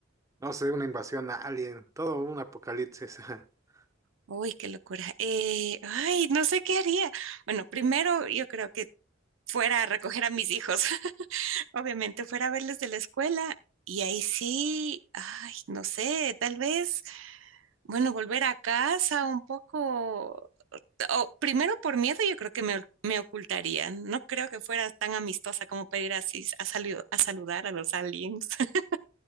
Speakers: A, on the right (about 15°); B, on the right (about 70°).
A: no sé, una invasión a alien, todo un apocalipsis? <laughs>
B: uy, qué locura. Eh, ay, no sé qué haría. Bueno, primero yo creo que fuera a recoger a mis hijos, <laughs> obviamente, fuera a verles de la escuela y ahí sí, ay, no sé, tal vez, bueno, volver a casa un poco, o primero por miedo yo creo que me, me ocultaría. No creo que fuera tan amistosa como para ir así a, salu- a saludar a los aliens. <laughs>